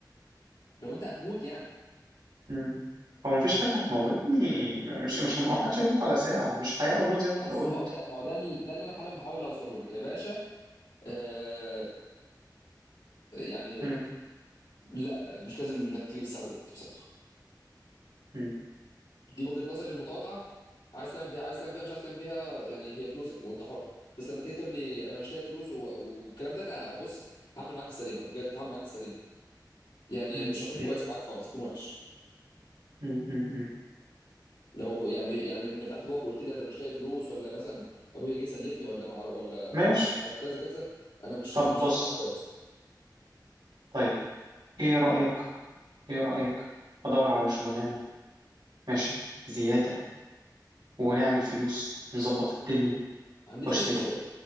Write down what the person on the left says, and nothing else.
لو انت هتموت يعني
بس
اهو ده ما هو ده ال- ده اللي انا حالا بحاول اوصله لك يا باشا آه يعني
لا مش لازم انك تجيب الساعه دلوقتي بصراحه
دي وجهه نظري المتواضعه عايز تعمل بيها عايز تعمل بيها مش عايز تعمل بيها يعني هي فلوسك وانت حر بس لما تيجي تقول لي انا مش لاقي فلوس و- والكلام ده انا بص هعمل معاك السليمه بجد هعمل معاك السليمه يعني
مش هكون كويس معاك خالص هكون وحش
لو يعني يعني ان فتحت بوقك وقلت لي ده انا مش لاقي فلوس ولا مثلا ابويا جه سلفني ولا مع ولا
ولا كذا كذا انا مش
ه- مش
هكون معاك كويس
ما عنديش
اي مشكله